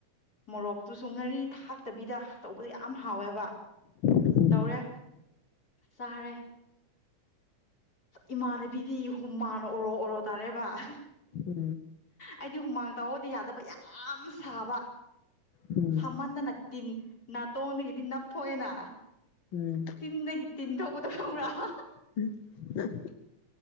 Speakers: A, on the left; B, on the left.
A: ꯃꯣꯔꯣꯛꯇꯨꯁꯨ ꯉꯥꯔꯤ ꯇꯕꯤꯗ ꯇꯧꯕꯗ ꯌꯥꯝ ꯍꯥꯎꯋꯦꯕ
B: ꯎꯝ
A: ꯇꯧꯔꯦ ꯆꯥꯔꯦ ꯏꯃꯥꯟꯅꯕꯤꯗꯤ ꯍꯨꯝꯃꯥꯡꯅ ꯑꯣꯔꯣ ꯑꯣꯔꯣ ꯇꯥꯔꯦꯕ ꯍ
B: ꯎꯝ
A: ꯑꯩꯗꯤ ꯍꯨꯃꯥꯡ ꯇꯥꯎꯑꯣꯗꯤ ꯌꯥꯗꯕ ꯌꯥꯝ ꯁꯥꯕ
B: ꯎꯝ ꯎꯝ
A: ꯁꯥꯃꯟꯗꯅ ꯇꯤꯟ ꯅꯥꯇꯣꯟꯗꯒꯤꯗꯤ ꯅꯞꯊꯣꯛꯑꯦꯅ
B: ꯎꯝ
A: ꯆꯤꯟꯗꯒꯤ ꯇꯤꯟꯊꯣꯛꯄꯗꯣ ꯈꯪꯕ꯭ꯔꯥ ꯑ ꯍꯥ ꯍꯥ
B: ꯏꯝ ꯎꯝ